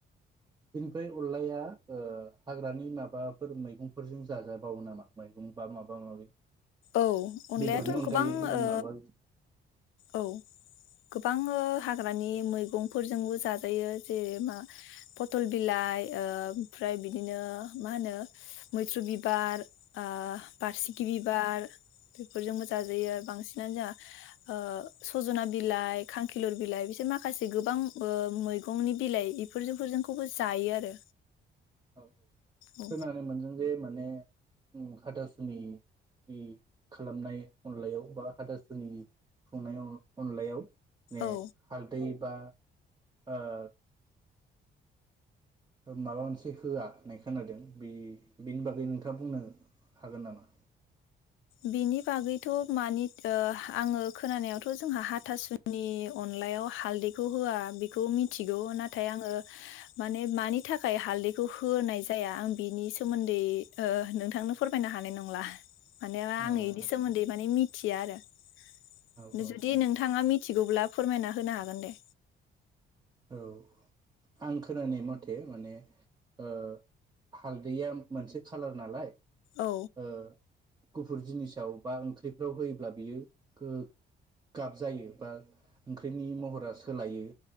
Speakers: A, on the right (about 20°); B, on the left (about 80°).
A: बे अनलाया ओ हाग्रानि माबाफोर मैगंफोरजों जाजाबावो नामा मैगं बा माबा माबि?
B: औ अनलायाथ'
A: बेदरनि अनगायै
B: गोबां
A: गुबुन
B: ओ
A: माबा
B: औ गोब बां हाग्रानि मैगंफोरजोंबो जाजायो जे मा पथल बिलाइ ओमफ्राय बिदिनो मा होनो मैथ्रु बिबार ओ बारसिखि बिब बार बेफोरजोंबो जाजायो बांसिनानो जोहा ओ सजना बिलाइ खांखिलुर बिलाइ बिसोर माखासे गोबां ओ मैगंनि बिलाइ इफोरजोंफोरखौबो जायो आरो।
A: औ‌ औ
B: औ
A: खोनानो मोनदों जे माने ओम हाथासुनि नि खालामनाय अनलायाव बा हाथासुनि खुंनाय अन अनलायाव ने
B: औ
A: हालदै बा ओ ओ माबा मोनसे होआ होननाय खोनादों बे बेनि बागै नोंथाङा बुंनो हागोन नामा?
B: बेनि बागैथ' मानि ओ आङो खोनानायावथ' जोंहा हाथासुनि अनलायाव हालदैखौ होआ बेखौ मिथिगौ नाथाय आङो माने मानि थाखाय हालदैखौ होनाय जाया आं बिनि सोमोन्दै नोंथांनो ओ फोरमायनो हानाय नंला। माने ना
A: ओ
B: आं बेनि
A: आदसा
B: सोमोन्दै माने मिथ थिया आरो
A: औ औ
B: जुदि
A: औ
B: नोंथाङा मिथिगौब्ला फोरमायना होनो हागोन दे।
A: औ आं खोनानाय मथे माने ओ हालदैया मोनसे खालार नालाय
B: औ
A: ओ गुफुर जिनिसाव बा ओंख्रिफ्राव होयोब्ला बियो गो गाब जायो बा ओंख्रिनि महरा सोलायो।